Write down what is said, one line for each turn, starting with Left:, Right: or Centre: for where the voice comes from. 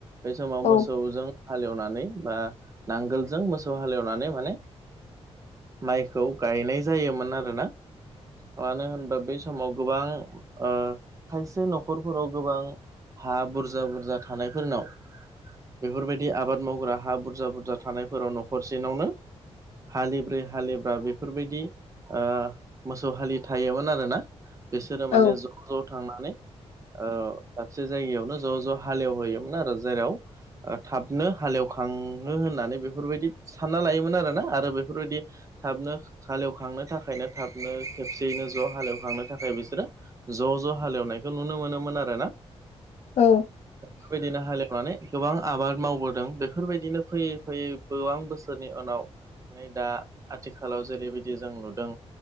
Right: बे समाव मोसौजों
Left: औ
Right: हालेवनानै बा नांगोलजों मोसौ हालेवनानै माने माइखौ गायनाय जायोमोन आरोना। मानो होनबा बै समाव गोबां ओ खायसे न'खरफोराव गोबां हा बुरजा बुरजा थानायफोरनाव बेफोरबायदि आबाद मावग्रा हा बुरजा बुरजा थानायफोराव न'खरसेनावनो हालिब्रै हालिबा बेफोरबायदि ओ मोसौ हालि थायोमोन आरोना बिसोरो
Left: औ
Right: माने ज' ज' थांनानै दाबसे जायगायावनो ज' ज' हालेवहैयोमोन आरो जेराव ओ थाबनो हालेवखाङनो होननानै बेफोरबायदि सानना लायोमोन आरो ना आरो बेफोरबायदि थाबनो हालेवखांनो थाखायनो थाबनो खेबसेयैनो ज' हालेवखांनो थाखाय बिसोरो ज' ज' हालेवनायखौ नुनो मोनोमोन आरो ना
Left: औ
Right: बेबायदिनो हालेवनानै गोबां आबाद मावबोदों बेफोरबायदिनो फैयै फैयै गोबां बोसोरनि उनाव नै दा आथिखालाव जेरैबायदि जों नुदों